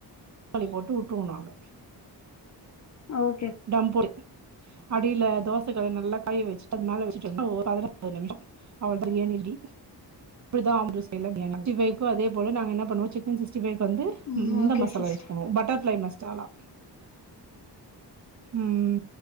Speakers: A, on the right; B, on the left.
A: க்காளி போட்டு உட்ருவோனாங்க
B: ஓ
A: டம் போடு அடில தோச சகல் நல்லா கழிவெச்சிட்டு அது மேல வெச்சுட்டோம்னா ஒரு பத <unintelligible> போது நிம்ஷோ அவள்தா பிரியாணி ரெடி இப்டிதா ஆம்பூர் ஸ்டைல்ல பிரியாணி அட்டிபைக்கு அதே போல நாங்க என்ன பண்ணுவோ சிக்கன் சிக்ஸ்டி ஃபைவுக்கு வந்து
B: ம்
A: இந்த
B: ஓகே
A: மசாலா
B: சிஸ்டர்
A: யூஸ் பண்ணுவோ பட்டர் ஃப்ளை மசாலா ம்